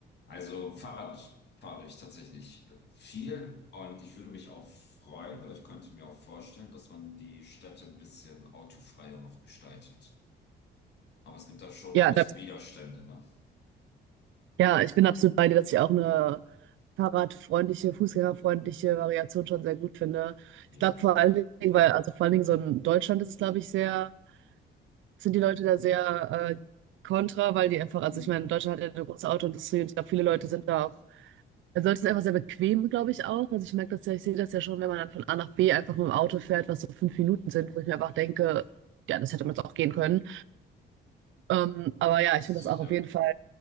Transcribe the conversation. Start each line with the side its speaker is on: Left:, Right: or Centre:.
Left: Also Fahrrad fahre ich tatsächlich viel und ich würde mich auch freuen oder ich könnte mir auch vorstellen, dass man die Städte ein bisschen autofreier noch gestaltet. Aber es gibt da schon
Right: Ja,
Left: große
Right: das,
Left: Widerstände, ne?
Right: ja, ich bin absolut bei dir, dass ich auch eine fahrradfreundliche, fußgängerfreundliche Variation schon sehr gut finde.
Left: Ja.
Right: Ich glaube vor allen Dingen, weil, also vor allen Dingen so in Deutschland ist es, glaube ich, sehr, sind die Leute da sehr äh, kontra, weil die einfach, also
Left: Mm.
Right: ich meine, Deutschland hat ja eine große Autoindustrie und ich glaube, viele Leute
Left: Ja,
Right: sind da auch, also Leute sind einfach sehr bequem, glaube ich, auch. Also ich merke das ja, ich sehe das ja schon, wenn man dann von A nach B einfach mit dem Auto fährt, was so fünf Minuten sind, wo ich mir einfach denke, ja, das hätte man jetzt auch gehen können. Ähm, aber ja,
Left: das,
Right: ich finde das auch
Left: ja.
Right: auf jeden Fall,